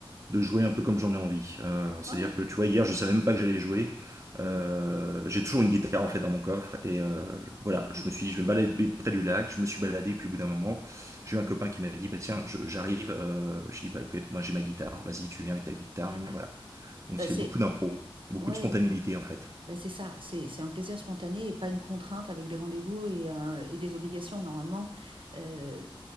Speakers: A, on the right (about 35°); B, on the right (about 65°).
A: jouer un peu comme j'en ai envie. Euh, c'est-à-dire
B: Ouais, ouais.
A: que tu vois, hier, je savais même pas que j'allais jouer. Euh,
B: Mm,
A: j'ai toujours une guitare en fait dans mon coffre et euh, voilà, je
B: mm,
A: me suis dit, je vais me balader près du lac. Je me suis baladé, puis au bout d'un moment, j'ai eu un
B: mm,
A: copain
B: mm.
A: qui m'a dit, bah tiens, je- j'arrive. Euh, je dis, bah écoute, moi j'ai ma guitare. Vas-y, tu viens avec ta guitare
B: Bah
A: et
B: ouais.
A: voilà. Donc
B: Bah
A: c'est
B: c'est
A: beaucoup d'impro, beaucoup
B: ouais,
A: de spontanéité en fait.
B: bah c'est ça, c'est c'est un plaisir spontané et pas une contrainte avec des rendez-vous et, un- et des obligations normalement. Euh,